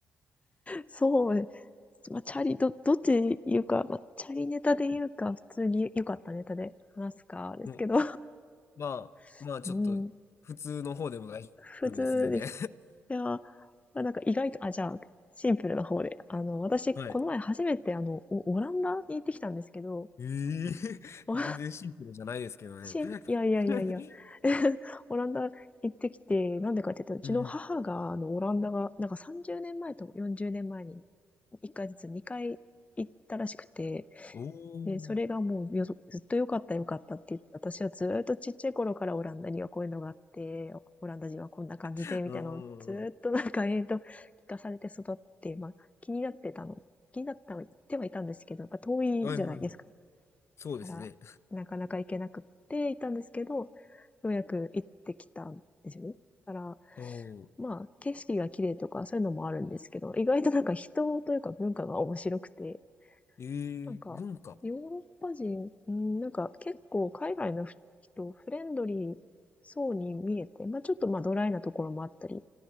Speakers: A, on the left (about 25°); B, on the left (about 55°).
A: そうですね。まあ、チャリ、ど、どっちで言うか、まあ、チャリネタで言うか、普通に良かったネタで話すか、ですけど、
B: もうまあ、
A: <laughs>
B: まあ、ちょっと、
A: うん、ん
B: 普通の方でも大丈夫です、
A: 普通です
B: 全然。
A: ね。いやー、まあなんか意外と、あ、じゃあ、シンプルな方で。あの、私、
B: <laughs> はい。
A: この前初めて、あの、オオランダに行ってきたんですけど、
B: ええ <laughs>
A: <laughs> お
B: 全然シンプルじゃないですけどね。
A: しん、
B: <laughs>
A: いやいやいやいや、<laughs> オランダ行ってきて、なんでかって言ったら、うちの母が、
B: うん。
A: あの、オランダが、なんか30年前と40年前に、1回ずつ2回行ったらしくて、
B: お
A: で、それがもうよそずっと良かった良かったって言って、
B: ー。
A: 私はずーっとちっちゃい頃からオランダにはこういうのがあって、オランダ人はこんな感じで、
B: ああ、
A: みたいなのをずーっとなんか延々と聞かされて育って、
B: は
A: まあ気になってたの、気になったの、言ってはいたんですけど、やっぱ遠いじゃないですか。
B: いはいはい。そうですね。
A: だから、なかなか行けなくっていたんですけど、ようやく行ってきたんですよね。だから、
B: ああ、
A: まあ景色が綺麗とかそういうのもあるんですけど、意外となんか人というか文化が面白くて、
B: ええ文化。
A: なんか、ヨーロッパ人、うん、なんか結構海外の人、フレンドリーそうに見えて、まあちょっとまあドライなところもあったり、